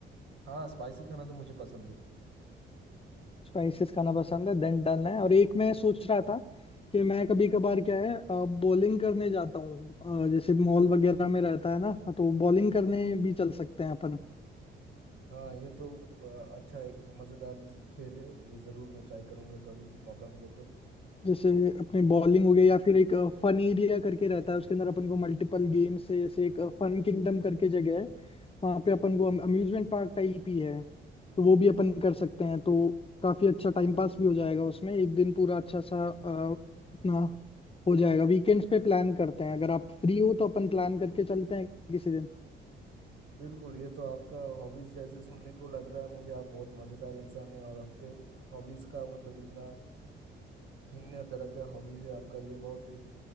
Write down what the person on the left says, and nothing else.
स्पाइसेस खाना पसंद है देन डन है और एक मैं सोच रहा था कि मैं कभी कभार क्या है बॉलिंग करने जाता हूँ अ, जैसे मॉल वगैरह में रहता है ना तो बॉलिंग करने भी चल सकते हैं अपन
जैसे अपने बॉलिंग हो गया या फिर एक फन एरिया करके रहता है उसके अंदर अपन को मल्टीपल गेम्स है जैसे एक फन किंगडम करके जगह है वहाँ पे अपन को अम्यूजमेंट पार्क टाइप ही है तो वो भी अपन कर सकते हैं तो काफी अच्छा टाइम पास भी हो जाएगा उसमें एक दिन पूरा अच्छा सा अ, अपना हो जाएगा वीकेंड्स पे प्लान करते हैं अगर आप फ्री हो तो अपन प्लान करके चलते हैं किसी दिन